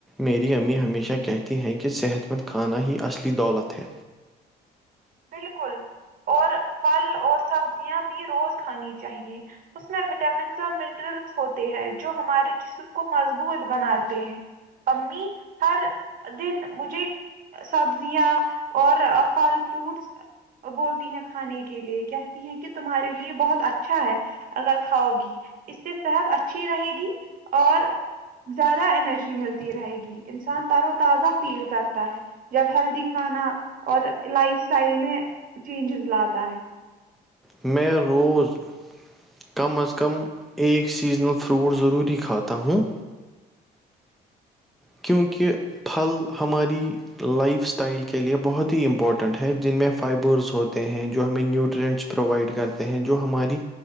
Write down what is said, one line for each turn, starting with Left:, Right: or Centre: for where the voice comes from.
Centre: میری امی ہمیشہ کہتی ہیں کہ صحت مند کھانا ہی اصلی دولت ہے
Right: بالکل اور پھل اور سبزیاں بھی روز کھانی چاہیے اس میں وٹامنز منرلس ہوتے ہیں جو ہمارے جس کو مضبوط بناتے ہیں امی ہر دن مجھے سبزیاں اور پھل فروٹ بولتی ہیں کھانے کے لیے کہتی ہیں کہ تمہارے لیے بہت اچھا ہے اگر کھاؤ گی اس سے صحت اچھی رہے گی اور زیادہ انینرجی ملتی رہے گی انسان تر و تازہ فیل کرتا ہے جب ہیلدی کھانا اور لائف اسٹائل میں چینجز لاتا ہے
Centre: میں روز کم از کم ایک سیزنل فروٹ ضروری کھاتا ہوں کیونکہ پھل ہماری لائف اسٹائل کے لیے بہت ہی امپورٹنٹ ہے جن میں فائبرس ہوتے ہیں جو ہمیں نیوٹرینٹس پرووائڈ کرتے ہیں جو ہماری